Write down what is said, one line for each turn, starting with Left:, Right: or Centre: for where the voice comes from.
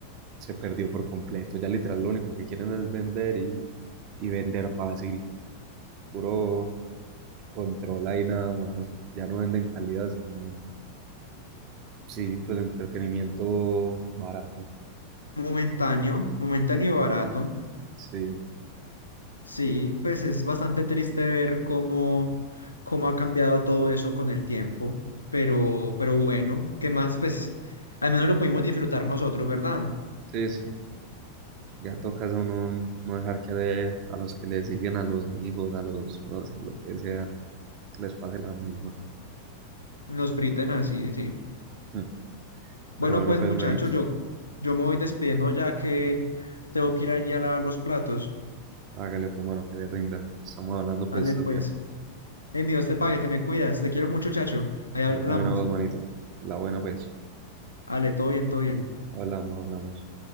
Right: se perdió por completo. Ya literal lo único que quieren es vender y, y vender fácil, puro control ahí nada más. Ya no venden calidad, sino, sí, pues entretenimiento barato.
Left: momentáneo, momentáneo y barato.
Right: Sí,
Left: Sí, pues es bastante triste ver cómo, cómo ha cambiado todo eso con el tiempo, pero, pero bueno, ¿qué más? Pues al menos lo pudimos disfrutar nosotros, ¿verdad?
Right: sí, sí. Ya toca a uno no dejar que de- a los que le siguen, a los hijos, a los, no sé, lo que sea, les pase la misma.
Left: Los friten así, sí.
Right: Mm.
Left: Bueno,
Right: Pero bueno,
Left: pues
Right: pues
Left: muchachos,
Right: manito,
Left: yo, yo me voy despidiendo ya que tengo que ir allí a lavar los platos.
Right: hágale pues mano que le rinda. Estamos hablando pues
Left: Ale,
Right: estos
Left: pues,
Right: días.
Left: hey, mi Dios te pague, te me cuidas, te quiero mucho, chacho. Ahí
Right: Yo
Left: hablamos.
Right: también hago dos manitos. La buena, pues.
Left: Ale, todo bien, todo bien.
Right: Hablamos, hablamos.